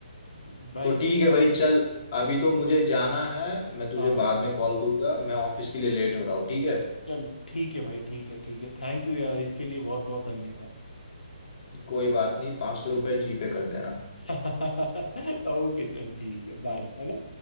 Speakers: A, on the left; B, on the left.
A: <laughs> भाई
B: तो
A: seriously,
B: ठीक है भाई चल अभी तो मुझे जाना है मैं तुझे
A: हाँ
B: बाद में कॉल करूंगा मैं ऑफिस के लिए लेट हो रहा हूँ ठीक है
A: चल ठीक है भाई ठीक है ठीक है थैंक यू यार इसके लिए बहुत बहुत धन्यवाद
B: कोई बात नहीं पाँच सौ रुपये जी पे कर देना
A: <laughs> ओके चल ठीक है बाय है ना